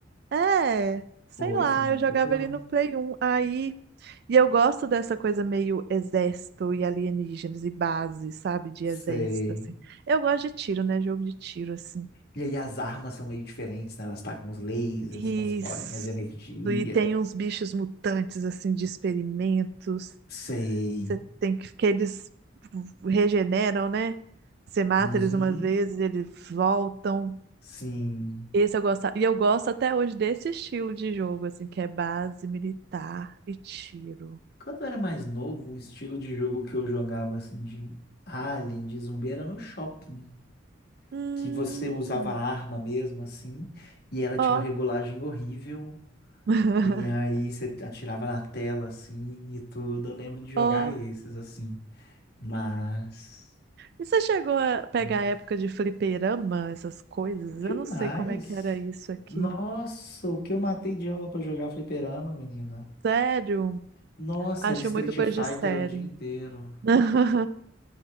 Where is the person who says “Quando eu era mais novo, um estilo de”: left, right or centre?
Left